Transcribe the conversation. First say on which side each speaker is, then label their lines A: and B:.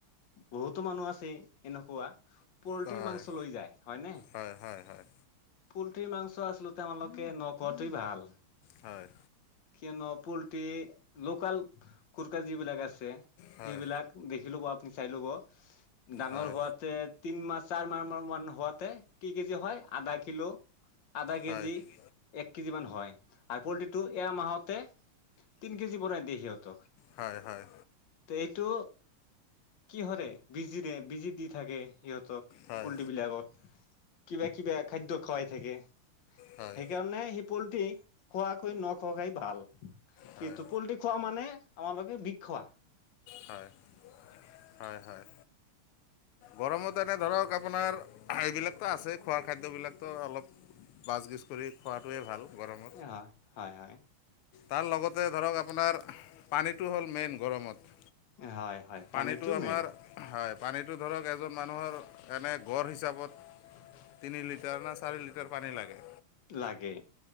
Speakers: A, on the left; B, on the left.
A: বহুতো মানুহ আছে এনেকুৱা পলট্ৰিৰ
B: হয়
A: মাংস লৈ যায় হয়নে
B: হয় হয় হয়
A: পলট্ৰি মাংস আছলতে আমালোকে নখোৱাটোৱে ভাল
B: হয়।
A: কিয়নো পলট্ৰি লোকাল কুুৰকা যিবিলাক আছে
B: হয় হয়
A: সেইবিলাক- দেখি ল'ব আপুনি চাই ল'ব, ডাঙৰ
B: হয়
A: হোৱাতে তিন মাহ চাৰ মাহ মান হোৱাত- কেই কেজি হয় আধা কিলো আধা কেজি,
B: হয়
A: এক কেজিমান হয় আৰু পলট্ৰিটো এয়া মাহত তিন কেজি পৰা দিয়ে সিহঁতক।
B: হয় হয়।
A: এইটো কি হৰে বিজিৰে বিজি দি থাকে সিহঁতক
B: হয়
A: পলট্ৰি বিলাক কিবা কিবা খাদ্য খোৱাই থাকে সেইকাৰণে
B: হয়
A: সি পলট্ৰি খোৱাকৈ নখোৱা খাই ভাল
B: হয়
A: কিন্তু পলট্ৰি খোৱা মানে আমালোকে বিক্ষোৱা।
B: হয়, হয় হয়। গৰমত এনে ধৰক আপোনাৰ এইবিলাকতো আছে, খোৱা খাদ্য বিলাক ত অলপ বাছ-বিছ কৰি খোৱাটোৱে ভাল গৰমত।
A: হয়, হয় হয়।
B: তাৰ লগতে ধৰক আপোনাৰ পানীটো হ'ল মেইন গৰমত,
A: হয় হয়
B: পানীটো আমাৰ
A: মেইন
B: হয় পানীটো ধৰক এজন মানুহৰ এনে গঁড় হিচাপত তিনি লিটাৰ না চাৰি লিটাৰ পানী লাগে।
A: লাগে।